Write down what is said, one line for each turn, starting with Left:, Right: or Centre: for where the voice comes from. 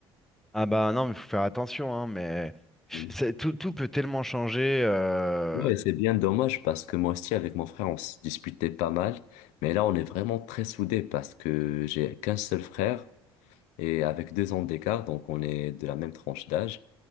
Centre: Ah bah non, mais faut faire attention, hein, mais <laughs>
Left: Hmm.
Centre: c'est- tout, tout peut tellement changer. euh,
Left: Ouais, c'est bien dommage parce que moi aussi avec mon frère on se disputait pas mal, mais là on est vraiment très soudés parce que j'ai qu'un seul frère et avec deux ans d'écart, donc on est de la même tranche d'âge,